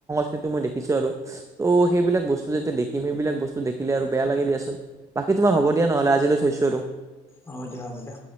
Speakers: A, on the right; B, on the left.
A: সেইটো মই দেখিছো আৰু ত' সেইবিলাক বস্তু যেতিয়া দেখিম সেইবিলাক বস্তু দেখিলে আৰু বেয়া লাগে দিয়াচোন। বাকী তোমাৰ হব দিয়া নহ'লে আজিলৈকে থৈছো আৰু
B: হব দিয়া হ'ব দিয়া